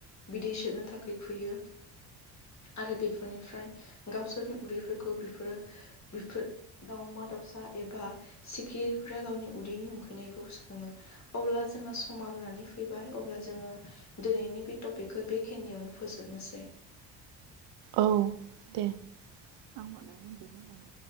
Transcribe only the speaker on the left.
बिदै सोबनो थाखाय फैयो आरो बेफोरनिफ्राय। गावसोरनि उदैफोरखौ बिफोरो बेफोर दावमा दाउसा एबा सिखिरिफोरा गावनि उदैनि उंखैनायखौ सुफुङो अब्ला जोंहा। समा जानानै फैबाय अब्ला जोङो दिनैनि बे टपिकखौ बेखिनियावनो फोजोबनोसै।